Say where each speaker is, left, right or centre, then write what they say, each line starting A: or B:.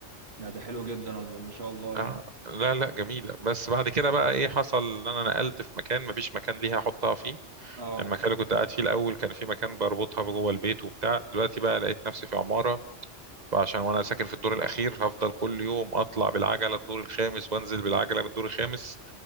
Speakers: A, on the right; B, on the right.
A: لا ده حلو جدا والله ما شاء الله يعني
B: آه لا لا جميلة بس بعد كده بقى ايه حصل ان انا نقلت في مكان مفيش مكان ليها احطها فيه
A: اه
B: المكان اللي كنت قاعد فيه الاول كان في مكان بربطها جوه البيت وبتاع دلوقتي بقى لقيت نفسي في عمارة فعشان وانا ساكن في الدور الاخير هفضل كل يوم اطلع بالعجله الدور الخامس وانزل بالعجله من الدور الخامس